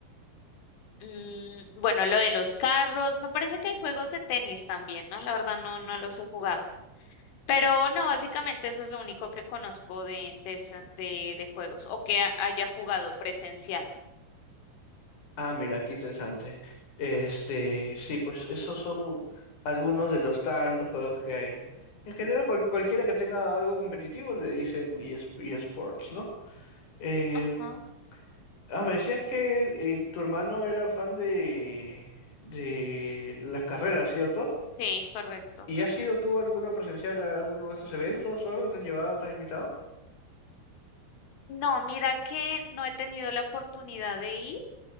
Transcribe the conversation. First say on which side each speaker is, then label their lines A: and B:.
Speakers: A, on the left (about 70°); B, on the left (about 40°).
A: Mm, bueno, lo de los carros, me parece que hay juegos de tenis también, ¿no? La verdad no, no los he jugado. Pero no, básicamente eso es lo único que conozco de, de, esa- de, de juegos o que ha- haya jugado presenciado.
B: Ah, mira, qué interesante. Este, sí, pues esos son algunos de los tantos juegos que hay. En general, cual- cualquiera que tenga algo competitivo le dicen ES eSports, ¿no? Em,
A: Ajá,
B: ah, me decías que eh, tu hermano era fan de, de las carreras, ¿cierto?
A: sí, correcto.
B: ¿Y has ido tú alguno presencial a alguno de estos eventos o algo? ¿Te has llevado, te has invitado?
A: No, mira que no he tenido la oportunidad de ir.